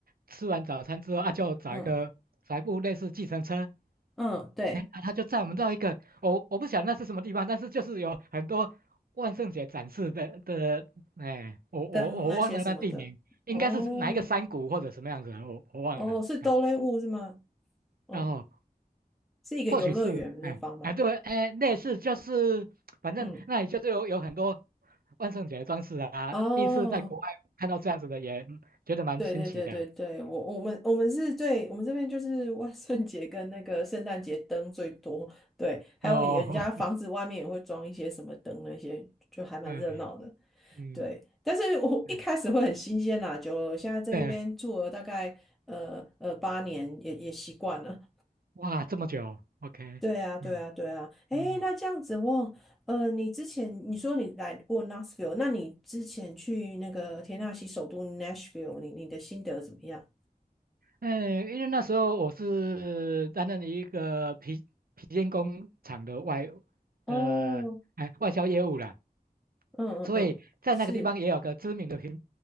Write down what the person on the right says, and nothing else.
吃完早餐之后啊，就找一个找一部类似计程车，
哎，啊他就载我们到一个，我我不晓得那是什么地方，但是就是有很多万圣节展示的的，哎，我我我忘了那地名，
应该是哪一个山谷或者什么样子，
我我忘了，
哎，
然后。
或许是，哎哎对，哎类似就是，反正那里就是有有很多
万圣节的装饰啊。
第一次在国外看到这样子的也，嗯觉得蛮新奇的。
哦，
<laughs> 对，嗯
嗯，
对，
哇，这么久，OK，
嗯
嗯。
嗯，因为那时候我是担任一个皮皮件工厂的外的哎外销业务啦，
所以在那个地方也有个知名的皮